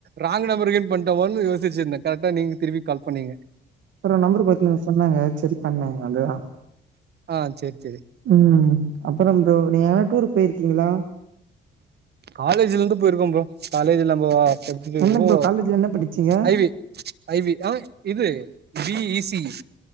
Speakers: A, on the right; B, on the right.
A: ராங் நம்பர் கீனு பண் டோமானு யோசிச்சிருந்தே கரெக்டா நீங்க திரும்பி கால் பண்ணீங்க
B: ஒரு நம்பருக்கு ஒருத்தவுங்க சொன்னாங்க சேரி பண்ணேங்க அவ்ளோதா
A: ஆ சேரி சேரி
B: ம் அப்றோ ப்ரோ நீங்க எங்கனா டூர் போயிருக்கீங்களா
A: காலேஜ்ல இருந்து போயிருக்க ப்ரோ காலேஜ்ல நம்போ படிச்சுட்டு இருக்கப்போ
B: என்ன ப்ரோ காலேஜ்ல என்ன படிச்சீங்க
A: ஐவி ஐ வி ஆ இது D E E C E